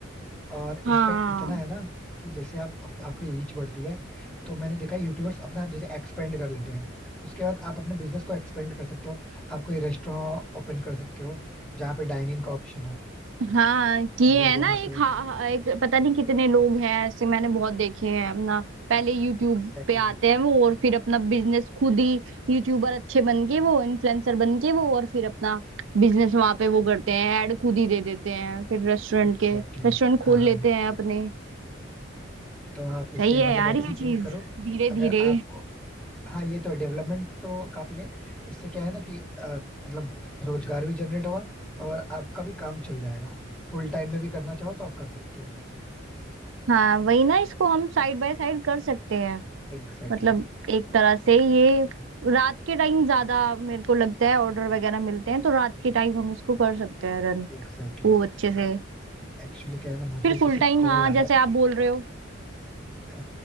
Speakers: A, in the centre; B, on the right (about 70°).
A: और
B: हाँ
A: इनफैक्ट इतना है ना कि जैसे आप, आप आपकी रीच बढ़ती है तो मैंने देखा यूट्यूबर्स अपना जैसे एक्सपेंड कर लेते हैं उसके बाद आप अपने बिजनेस को एक्सपेंड कर सकते हो आप कोई रेस्टोरेंट ओपन कर सकते हो जहाँ पे डाइनिंग का ऑप्शन हो
B: हाँ किए
A: लोग
B: है
A: वहाँ
B: ना एक
A: पे
B: हा, एक पता नहीं कितने लोग हैं ऐसे मैंने बहुत देखे हैं अपना पहले यूट्यूब
A: एग्जैक्टली
B: पे आते हैं वो और फिर अपना बिजनेस खुद ही यूट्यूबर अच्छे बन के वो इन्फ्लुएंसर बन के वो और फिर अपना बिजनेस वहां पे वो करते हैं ऐड खुद ही दे देते हैं फिर रेस्टोरेंट
A: एग्जैक्टली
B: के रेस्टोरेंट खोल
A: हाँ हाँ
B: लेते
A: हाँ।
B: हैं अपने
A: तो आप इसे
B: सही है
A: मतलब
B: यार
A: एग्जीक्यूट
B: ये चीज
A: करो
B: धीरे
A: अगर
B: धीरे
A: आपको हाँ ये तो डेवलपमेंट तो काफी है इससे क्या है ना कि अ, मतलब रोजगार भी जनरेट होगा और आपका भी काम चल जाएगा फुल टाइम में भी करना चाहो तो आप कर सकते हो
B: हाँ वही ना इसको हम साइड बाय साइड कर सकते हैं
A: Exactly
B: मतलब एक तरह से ये रात के टाइम ज्यादा मेरे को लगता है ऑर्डर वगैरह मिलते हैं तो रात के टाइम हम इसको कर सकते हैं रन
A: exactly
B: वो अच्छे से
A: अब एक्चुअली क्या है ना मुझे
B: फिर फुल
A: किसी
B: टाइम
A: का कॉल
B: हाँ
A: आ
B: जैसे
A: रहा
B: आप बोल रहे हो
A: है